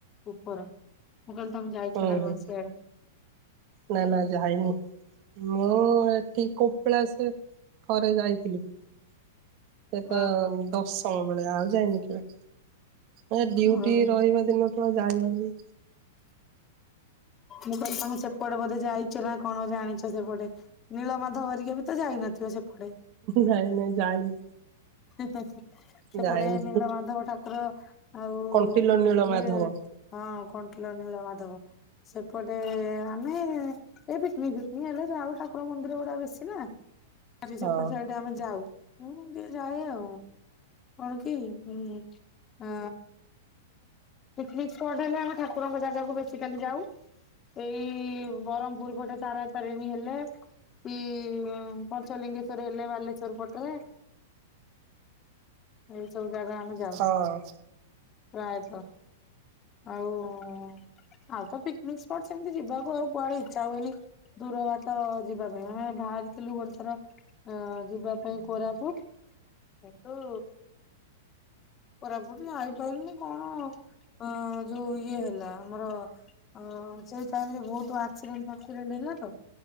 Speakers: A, on the left; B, on the right.
A: ଉପର। ମୁ କଇଲି ତମେ ଯାଇଛ
B: ହୁଁ
A: ନା
B: ହୁଁ
A: କଣ ସିଆଡେ?
B: ନା ନା ଯାଇନି ମୁଁ ଏଠି କପିଳାସେ ଥରେ ଯାଇଥିଲି ସେତ
A: ହଁ ହଁ।
B: ଦଶମ ବେଳେ ଆଉ ଯାଇନି କେବେ। ହେ ଡିଉଟି
A: ମୁଁ
B: ରହିବା ଦିନଠୁ ଆଉ ଯାଇ ହଉନି।
A: ମୁ କହିଲି ତମେ ସେପଟେ ବୋଧେ ଯାଇଛ ନା କଣ ଜାଣିଛ ସେପଟେ। ନୀଳମାଧ ଘରିକା ବି ତ ଯାଇନଥିବ ସେପଟେ?
B: ନାଇଁ ନାଇଁ ଯାଇନି।
A: ହୁଁ ହୁ ହୁ। <unintelligible> ସେପଟେ
B: ଯାଇନି
A: ନୀଳ ମାଧବ ଠାକୁର ଆଉ
B: କଣ୍ଟିଲ ନୀଳ
A: ଇଏ
B: ମାଧବ
A: ହଁ କଣ କିଲ ନୀଳ ମାଧବ ସେପଟେ ଆମେ ଏଇ ପିକନିକ୍ ଫିକନିକ ହେଲେ ଯାଉ ଠାକୁର ମନ୍ଦିର ଗୁଡା ବେଶୀ ନା। ଆଜି
B: ହଁ
A: ସେପଟେ ସାଇଡ୍ ଆମେ ଯାଉ। ଯାଏ ଆଉ କଣ କିଁ ଉ ଆ ପିକନିକ ସ୍ପଟ୍ ହେଲେ ଆମେ ଠାକୁରଙ୍କ ଜାଗାକୁ ବେଶିକାଲି ଯାଉ। ଏଇ ବରହମପୁର ପଟେ ତାରା ତାରିଣୀ ହେଲେ ପି ପଞ୍ଚଲିଙ୍ଗେଶ୍ଵର ହେଲେ ବାଲେଶ୍ଵର ପଟେ। ଏଇ ସବୁ ଜାଗା ଆମେ ଯାଉ
B: ହଁ
A: ପ୍ରାୟତଃ। ଆଉ ଆଉ ତ ପିକନିକ ସ୍ପଟ ସେମିତି ଯିବାକୁ ଆଉ କୁଆଡେ ଇଚ୍ଛା ହୁଏନି। ଦୂର ଭାଟ ଯିବା ପାଇଁ ଆମେ ବାହାରିଥିଲୁ ଗୋଟେ ଥର ଅ ଯିବା ପାଇଁ କୋରାପୁଟ କିନ୍ତୁ କୋରାପୁଟ ଆଇପାଇଲିନି କଣ ଅ ଯୋଉ ଇଏ ହେଲା ଆମର ଅ ସେଇ ଟାଇମରେ ବହୁତ ଆକ୍ସିଡେଣ୍ଟ ଫାକ୍ସିଡେଣ୍ଟ ହେଲା ତ